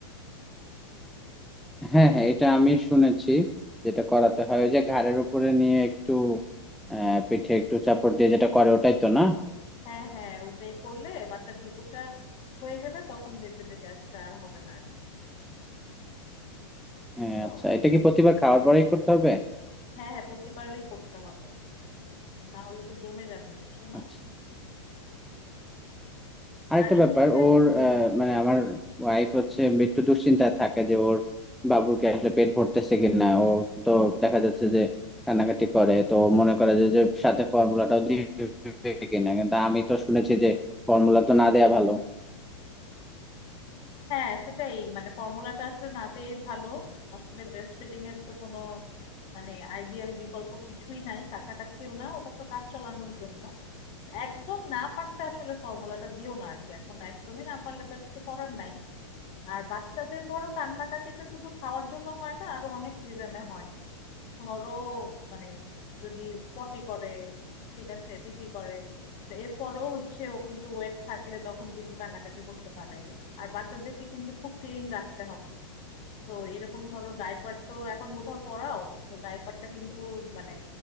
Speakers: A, in the centre; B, on the left.
A: হ্যাঁ হ্যাঁ এটা আমি শুনেছি যেটা করাতে হয় ওই যে ঘাড়ের উপরে নিয়ে একটু আহ পিঠে একটু চাপড় দিয়ে যেটা করে ওটাই তো না
B: হ্যাঁ হ্যাঁ ওটাই করলে বাচ্চার ঢেকুরটা হয়ে গেলে তখন দেখবে যে গ্যাসটা আর হবে না আর
A: হ্যাঁ
B: বুঝছো?
A: আচ্ছা এটা কি প্রতিবার খাওয়ার পরেই করতে হবে
B: হ্যাঁ হ্যাঁ প্রতিবারই করতে হবে না হলে তো জমে যাবে বুঝছো না
A: আচ্ছা আরেকটা
B: আর এমনিতে
A: ব্যাপার ওর
B: হুম
A: আহ, মানে আমার ওয়াইফ হচ্ছে একটু দুশ্চিন্তায় থাকে যে ওর বাবুকে আসলে পেট ভরতেছে কিনা ও তো দেখা যাচ্ছে যে কান্নাকাটি করে তো ও মনে করে যে যে সাথে ফর্মুলাটাও দিবে কিনা কিন্তু আমি তো শুনেছি যে ফর্মুলা তো না দেয়া ভালো
B: হ্যাঁ সেটাই মানে ফর্মুলাটা আসলে না দেয়াই ভালো আসলে ব্রেস্ট ফিডিং এর তো কোনো মানে আইডিয়াল বিকল্প কিছুই নাই কাছাকাছিও না ওটা তো কাজ চালানোর জন্য একদম না পারতে আসলে ফর্মুলাটা দিও না আর কি এখন একদমই না পারলে তো আর কিছু করার নাই আর বাচ্চাদের ধরো কান্নাকাটি তো শুধু খাওয়ার জন্য হয় না আরো অনেক রিজনে হয় ধরো মানে যদি পটি করে ঠিক আছে পিপি করে তো এরপরও হচ্ছে ও কিন্তু ওয়েট থাকলে তখন কিন্তু কান্নাকাটি করতে পারে আর বাচ্চাদেরকে কিন্তু খুব ক্লিন রাখতে হবে তো এরকম ধরো ডাইপার তো এখন কোথাও পড়াও তো ডাইপারটা কিন্তু মানে